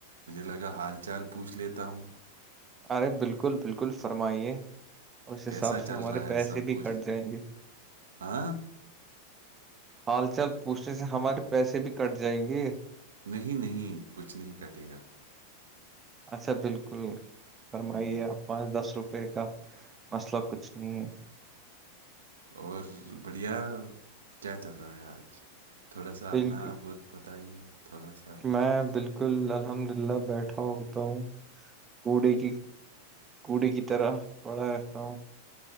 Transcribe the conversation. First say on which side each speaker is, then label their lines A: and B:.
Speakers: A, on the right; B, on the right.
A: مجھے لگا حال چال پوچھ لیتا ہوں
B: ارے بالکل بالکل فرمائیے اس حساب
A: کیسا
B: سے
A: چل
B: ہمارے
A: رہا ہے
B: پیسے
A: سب
B: بھی
A: کچھ
B: کٹ جائیں گے
A: ہاں
B: ہال چال پوچھنے سے ہمارے پیسے بھی کٹ جائیں گے
A: نہیں نہیں کچھ نہیں کٹے گا
B: اچھا بالکل فرمائیے
A: ہم،
B: آپ پانچ دس روپے کا مسئلہ کچھ نہیں ہے
A: اور بڑھیا کیا چل رہا ہے آج تھوڑا سا
B: بالکل
A: اپنا بہت بتائیے تھوڑا سا
B: میں بالکل الحمد للہ بیٹھا ہوتا ہوں کوڑے کی کوڑی کی طرح پڑا رہتا ہوں